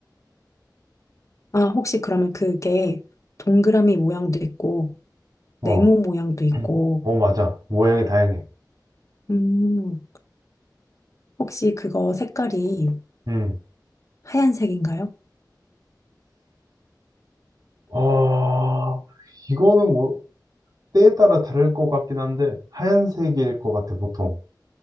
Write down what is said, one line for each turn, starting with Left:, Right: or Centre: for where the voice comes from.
Left: 아, 혹시 그러면 그게 동그라미 모양도 있고,
Right: 어,
Left: 네모 모양도 있고,
Right: 어, 맞아. 모양이 다양해.
Left: 음, 혹시 그거 색깔이
Right: 음.
Left: 하얀색인가요?
Right: 아, 이거는 뭐 때에 따라 다를 것 같긴 한데 하얀색일 것 같아 보통.